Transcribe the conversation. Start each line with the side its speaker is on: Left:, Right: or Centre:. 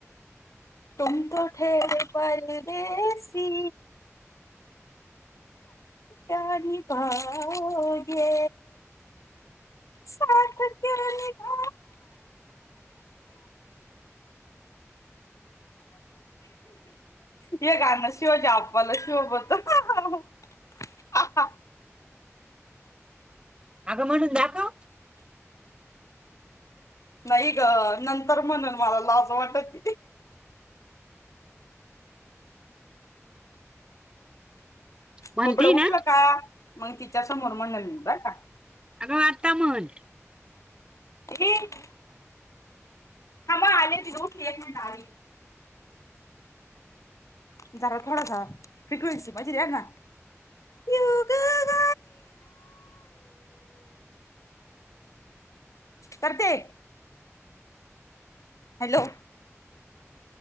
Left: त त ठेर पा देशीी. णी पाजे. शात केली का. हे गाना शिवज आपवाला शिव बत. हा हा.
Right: अगं म्हणून दाखव.
Left: नाही ग नंतर म्हणेल मला लाज वाटत.
Right: म्हणती
Left: बबडं
Right: ना
Left: उठलं का मग तिच्या समोर मंडलय का.
Right: अगं वाारता म्हण.
Left: ह. आले ती दोन एक मिनट आली. झाला थोडासा फ्रिक्वेन्सी पाहिजे या ना. योग गाय. करते. हॅलो.